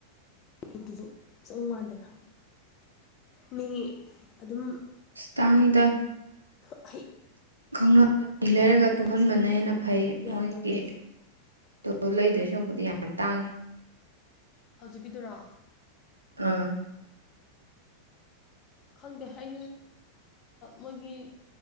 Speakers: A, on the left (about 30°); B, on the right (about 80°).
A: ꯍꯦꯛꯇꯨꯁꯨ ꯈꯤ ꯆꯪ ꯃꯥꯟꯗꯅ ꯃꯤꯒꯤ ꯑꯗꯨꯝ
B: ꯇꯥꯡꯉꯗ
A: ꯍ
B: ꯈꯗ ꯂꯩꯔꯒ
A: ꯌꯥꯝꯅ
B: ꯇꯨꯍꯟꯕꯅ
A: ꯕꯖꯥꯠꯅꯤꯀꯣ
B: ꯍꯦꯟꯅ ꯐꯩ
A: ꯌꯥꯝ
B: ꯃꯣꯏꯒꯤ
A: ꯇꯧꯗ꯭ꯔꯁꯨ
B: ꯑ ꯂꯩꯗꯣꯏ ꯁꯛꯄꯗꯤ ꯌꯥꯝ ꯇꯥꯡꯉꯤ
A: ꯍꯧꯖꯤꯛꯀꯤꯗꯨꯔꯥ
B: ꯑ
A: ꯈꯪꯗꯦ ꯍꯥꯏ ꯃꯣꯏꯒꯤ